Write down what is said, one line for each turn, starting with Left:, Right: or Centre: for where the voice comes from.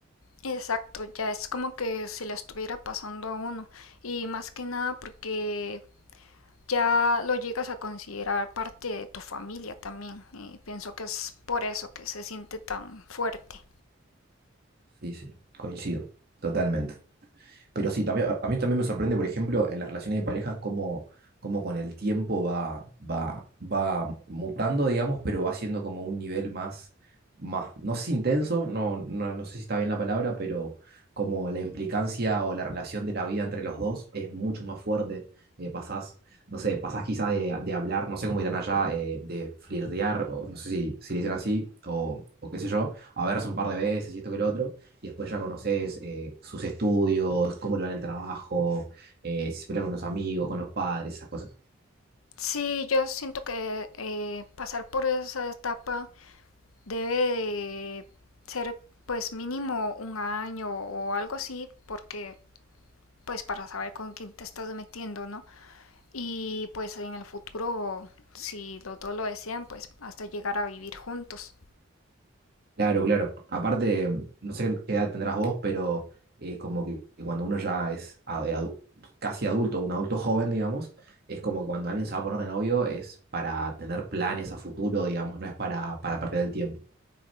Left: Exacto, ya es como que se le estuviera pasando a uno y más que nada porque ya lo llegas a considerar parte de tu familia también y pienso que es por eso que se siente tan fuerte.
Right: Sí, sí, coincido, totalmente. Pero sí, también, a a mí también me sorprende, por ejemplo, en las relaciones de pareja, cómo, cómo con el tiempo va, va, va mutando, digamos, pero va siendo como un nivel más, más, no sé si intenso, no, no, no sé si está bien la palabra, pero como la implicancia o la relación de la vida entre los dos es mucho más fuerte. Eh, pasás, no sé, pasás quizás de, de hablar, no sé cómo dirán allá, eh, de flirtear, o no sé si, si le dicen así, o, o qué sé yo, a verse un par de veces y esto que lo otro y después ya conoces eh, sus estudios, cómo le va en el trabajo, eh, si se pelea con los amigos, con los padres, esas cosas.
Left: Sí, yo siento que eh, pasar por esa etapa debe de ser pues mínimo un año o algo así porque pues para saber con quién te estás metiendo, ¿no? Y pues en el futuro, si los dos lo desean, pues hasta llegar a vivir juntos.
Right: Claro, claro. Aparte, mm, no sé qué edad tendrás vos, pero eh, como que cuando uno ya es a- eh, adu- casi adulto, un adulto joven, digamos, es como que cuando alguien se va a poner de novio es para tener planes a futuro, digamos, no es para, para perder el tiempo.